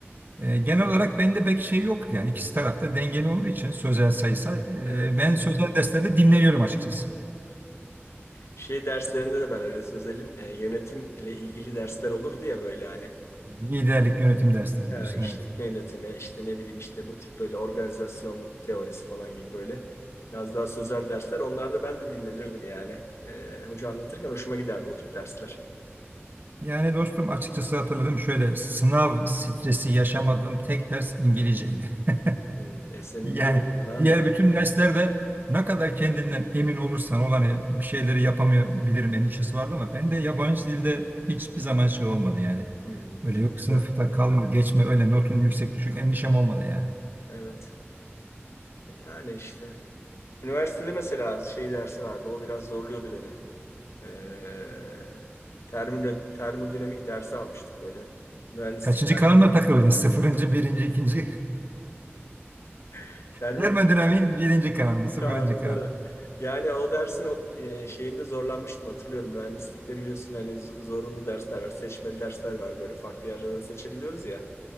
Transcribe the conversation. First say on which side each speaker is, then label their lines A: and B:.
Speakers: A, on the right (about 45°); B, on the left (about 80°).
A: e, genel olarak bende pek şey yoktu. Yani ikisi tarafta dengeli olduğu için sözel sayısal. e,
B: Evet.
A: ben sözel derslerde dinleniyorum açıkçası.
B: Şey derslerinde de ben öyle sözelin e, yönetimle ilgili dersler olurdu ya böyle hani.
A: Liderlik yönetim dersleri
B: Ha,
A: diyorsun
B: işletme
A: evet.
B: yönetimi, işte ne bileyim işte bu tip böyle organizasyon teorisi falan gibi böyle biraz daha sözel dersler. Onlarda ben de dinlenirdim yani. Ee, hoca anlatırken hoşuma giderdi o tip dersler.
A: Yani dostum açıkçası hatırladım şöyle sınav stresi yaşamadığım tek ders İngilizceydi. <laughs>
B: Hmm, e senin
A: Yani
B: iyi o zaman abi.
A: diğer bütün derslerde ne kadar kendinden emin olursan ol hani bir şeyleri yapamayabilirim endişesi vardı ama ben de yabancı dilde hiçbir zaman şey olmadı yani.
B: Hmm,
A: Öyle
B: çok
A: yok
B: güzel.
A: sınıfta kalma geçme öyle notun yüksek düşük endişem olmadı yani.
B: Evet. E yani işte. Üniversitede mesela şey dersi vardı. O biraz zorluyordu beni. Ee, termino- termodinamik dersi almıştık böyle. Mühendislik.
A: Kaçıncı
B: dersi.
A: kanuna takıldın? Sıfırıncı, birinci, ikinci.
B: <laughs>
A: <laughs> Termodinamiğin birinci kanunu, sıfırıncı
B: Kanunlara. Yani o dersin o, e, şeyinde zorlanmıştım hatırlıyorum. Mühendislikte biliyorsun hani z- zorunlu dersler var, seçmeli dersler var. Böyle farklı yerlerden seçebiliyoruz ya.